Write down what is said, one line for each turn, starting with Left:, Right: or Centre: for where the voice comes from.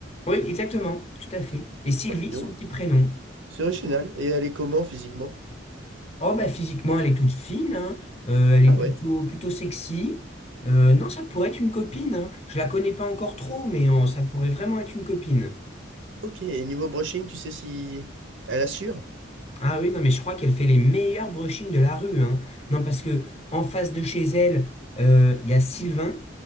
Left: Oui, exactement, tout à fait. Et Sylvie,
Right: Oh, dis donc.
Left: son petit prénom.
Right: C'est original. Et elle est comment physiquement?
Left: Oh bah physiquement, elle est toute fine, hein, euh, elle est
Right: Ah
Left: plutôt
Right: ouais.
Left: plutôt sexy. Euh, non, ça pourrait être une copine. hein. Je la connais pas encore trop, mais euh, ça pourrait vraiment être une copine.
Right: Ok. Et niveau brushing, tu sais si elle assure?
Left: Ah oui, non, mais je crois qu'elle fait les meilleurs brushings de la rue, hein. Non, parce que en face de chez elle, euh, il y a Sylvain.